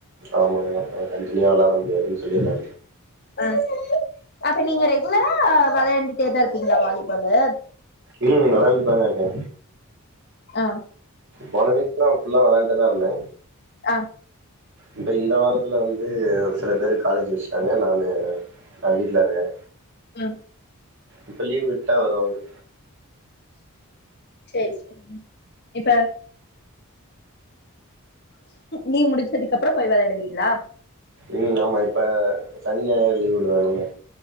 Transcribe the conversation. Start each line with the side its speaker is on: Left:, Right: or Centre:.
Right: ஆமாங்க நா கண்டினியுவா வெளாட முடியாதுன்னு சொல்லி நா
Left: ஆ அப்ப நீங்க ரெகுலரா வெளையாண்டுட்டேதா இருப்பிங்ளா வாலிபாலு
Right: ம் வெளையாண்டுட்தாங்க இருக்கே
Left: அ
Right: போன வீக் நா ஃபுல்லா வெளையாண்ட்டே தா இருந்த
Left: அ
Right: இப்ப இந்த வாரத்துல வந்து ஒரு சில பேருக்கு காலேஜ் வெச்சுட்டாங்க நானு நா வீட்ல இருக்கே
Left: அ
Right: இப்ப லீவ் விட்டா வருவாங்க
Left: சேர் சேரிங்க இப்ப நீங் முடிச்சதுக்கப்புற போய் வெளையாடுவிங்ளா
Right: ம் ஆமா இப்ப சனி ஞாயர் லீ்வ் உடறாங்கல்ல